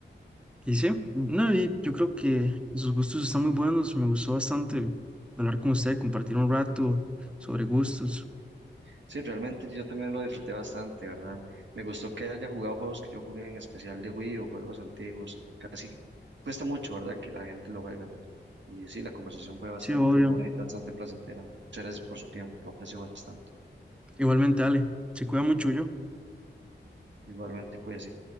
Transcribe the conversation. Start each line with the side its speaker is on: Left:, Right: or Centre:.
Centre: Y sí, no, y yo creo que sus gustos están muy buenos. Me gustó bastante hablar con usted, compartir un rato sobre gustos.
Right: Sí, realmente yo también lo disfruté bastante, ¿verdad? Me gustó que haya jugado juegos que yo jugué en especial de Wii o juegos antiguos. Casi cuesta mucho, ¿verdad? Que la gente lo juega. Y sí, la conversación fue bastante
Centre: Sí, obvio.
Right: bonita, bastante placentera. Muchas gracias por su tiempo, lo aprecio bastante.
Centre: Igualmente, Ale, se cuida mucho yo.
Right: Igualmente, cuídese.